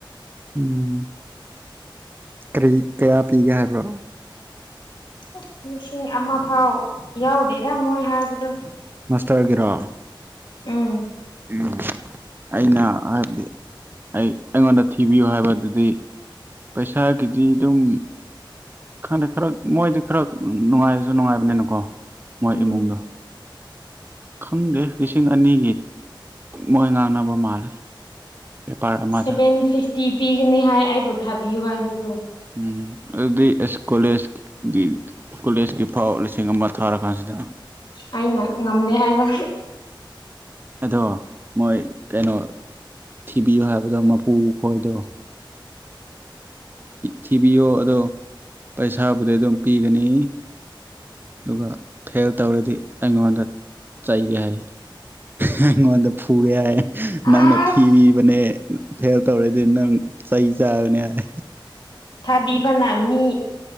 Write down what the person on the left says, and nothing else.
ꯑꯦ ꯂꯤꯁꯤꯡ ꯑꯃ ꯐꯥꯎ ꯌꯥꯎꯗꯦꯗ ꯃꯣꯏ ꯍꯥꯏꯕꯗꯣ
ꯎꯝ
ꯎꯝ
ꯁꯚꯦꯟ ꯐꯤꯐꯇꯤ ꯄꯤꯒꯅꯤ ꯍꯥꯏ ꯑꯩ ꯄꯣ ꯊꯥꯕꯤꯌꯨ ꯍꯥꯏꯕꯗꯨ
ꯑꯩꯅ ꯉꯝꯗꯦ ꯍꯥꯏꯕ
ꯑꯁ
ꯊꯥꯕꯤꯕꯅ ꯃꯤ